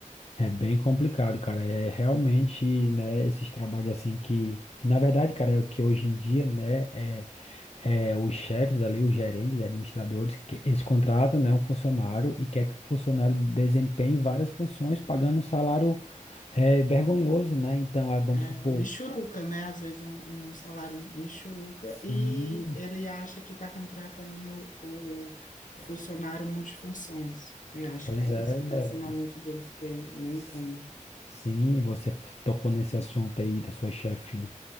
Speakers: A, on the left; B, on the left.
A: É bem complicado, cara. É realmente, né, esses trabalhos assim que, na verdade, cara, é o que hoje em dia, né, é, é os chefes ali, os gerentes, administradores, que eles contratam, né, um funcionário e quer que o funcionário desempenhe várias funções, pagando um salário é, vergonhoso, né? Então, ah, vamos
B: É,
A: supor,
B: Michuruca, né? Às vezes um, um salário
A: s-
B: michuruca
A: sim,
B: e ele acha que está contratando o. o Funcionário multifunções. Eu acho
A: pois
B: que é
A: é,
B: isso que passa
A: é,
B: na mente deles que eu não entendo.
A: S- Sim, você f- tocou nesse assunto aí da sua chefe